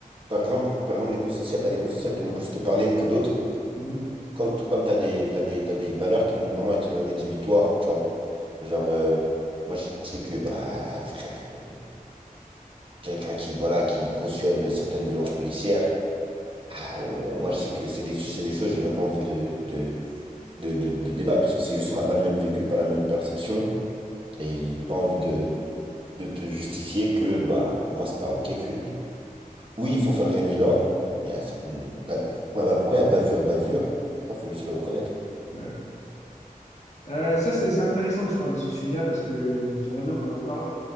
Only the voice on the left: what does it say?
Mhm.
Ouais. Euh, ça, c'est c'est intéressant que je parle de ce sujet-là parce que j'aimerais bien qu'on en parle.